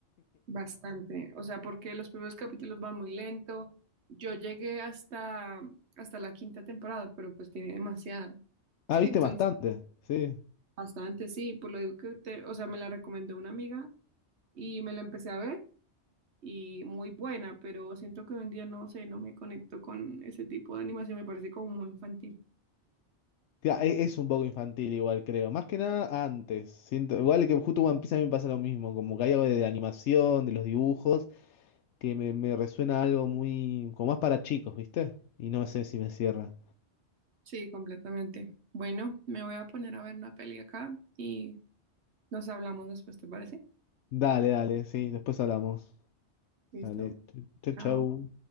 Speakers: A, on the right; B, on the left.
A: Bastante, o sea, porque los primeros capítulos van muy lento. Yo llegué hasta, hasta la quinta temporada, pero pues tiene demasiada. <laughs>
B: Ah,
A: Sí,
B: viste
A: entonces,
B: bastante, sí.
A: bastante, sí, por lo digo que te, o sea, me la recomendó una amiga y me la empecé a ver y muy buena, pero siento que hoy en día no sé, no me conecto con ese tipo de animación, me parece como muy infantil.
B: Tía, e- Es un poco infantil igual, creo. Más que nada antes. Siento, igual que justo One Piece a mí me pasa lo mismo. Como que hay algo de la animación, de los dibujos, que me, me resuena algo muy... como más para chicos, ¿viste? Y no sé si me cierra.
A: Sí, completamente. Bueno, me voy a poner a ver una peli acá y nos hablamos después, ¿te parece?
B: Dale, dale, sí, después hablamos.
A: Listo,
B: Dale, chau,
A: chao.
B: chau.